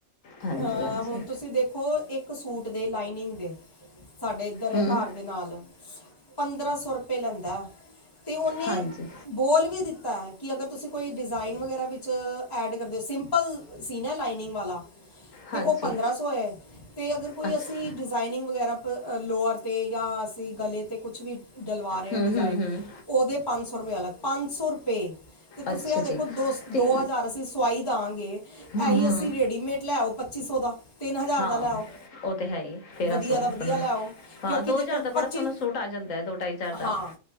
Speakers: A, on the left; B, on the left.
A: ਹਾਂਜੀ
B: ਅਹ
A: ਹਾਂਜੀ
B: ਹੁਣ ਤੁਸੀਂ ਦੇਖੋ ਇੱਕ ਸੂਟ ਦੀ ਲਾਈਨਿੰਗ ਸਾਡੇ ਇੱਧਰ ਹੈ
A: ਹਮ
B: ਘਰ ਦੇ ਨਾਲ ਪੰਦਰਾਂ ਸੌ ਰੁਪਏ ਲੈਂਦਾ। ਤੇ ਉਹਨੇ
A: ਹਾਂਜੀ
B: ਬੋਲ ਵੀ ਦਿੱਤਾ ਏ। ਕਿ ਅਗਰ ਤੁਸੀਂ ਕੋਈ ਡਿਜ਼ਾਇਨ ਵਗੈਰਾ ਵੀ ਚ ਐਡ ਕਰਦੇ <unintelligible> ਸੀਨਾ ਲਾਈਨਿੰਗ ਵਾਲਾ।
A: ਹਾਂਜੀ
B: ਤੇ ਉਹ ਪੰਦਰਾਂ ਸੌ ਹੈ। ਤੇ ਅਗਰ ਕੋਈ
A: ਅੱਛਾ
B: ਅਸੀਂ ਡਿਜ਼ਾਇਨਿੰਗ ਵਗੈਰਾ ਲੋਅਰ 'ਤੇ, ਜਾਂ ਅਸੀਂ ਗਲੇ ਤੇ, ਕੁਛ ਵੀ ਡਲਵਾ ਰਹੇ
A: ਹਮ
B: ਹਾਂ ਡਿਜ਼ਾਇਨ
A: ਹਮ ਹਮ
B: ਉਹਦੇ ਪੰਜ ਸੌ ਰੁਪਏ ਅਲੱਗ। ਪੰਜ ਸੌ ਰੁਪਏ। ਤੇ ਤੁਸੀਂ
A: ਅੱਛਾ
B: ਆ ਦੇਖੋ
A: ਜੀ ਅਤੇ
B: ਦੋ ਹਜ਼ਾਰ ਅਸੀਂ ਸਵਾਈ ਦਿਆਂਗੇ। ਇਹੀ
A: ਹਮ ਹਮ
B: ਅਸੀਂ ਰੇਡੀਮੇਡ ਲੈਓ ਪੱਚੀ ਸੌ ਦਾ ਤਿੰਨ ਹਜ਼ਾਰ
A: ਹਾਂ
B: ਦਾ ਲੈਓ
A: ਉਹ ਤਾਂ ਹੈ ਹੀ ਤੇਰ੍ਹਾਂ
B: ਵਧੀਆ
A: ਸੌ
B: ਦਾ
A: ਤੋਂ
B: ਵਧੀਆ
A: ਪੰਦਰਾਂ
B: ਲੈਓ
A: ਸੌ ਹਾਂ
B: ਕਿਉਂਕਿ
A: ਦੋ
B: ਦੇਖੋ
A: ਹਜ਼ਾਰ ਦਾ ਬੜਾ
B: ਪੱਚੀ
A: ਸੋਹਣਾ ਸੂਟ ਆ ਜਾਂਦਾ ਹੈ, ਦੋ ਢਾਈ ਹਜ਼ਾਰ ਦਾ
B: ਹਾਂ